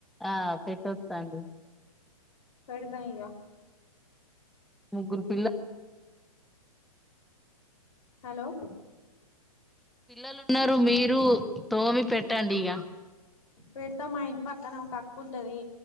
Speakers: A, in the centre; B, on the left (about 60°).
A: ఆ పెట్టొచ్చండి
B: పెడతమిగా
A: ముగ్గురు పిల్ల
B: హలో
A: పిల్లలు ఉన్నరు మీరు తోమి పెట్టండి ఇగ.
B: పెడతా మా ఇంటి పక్కన ఒక అక్కకుంటది,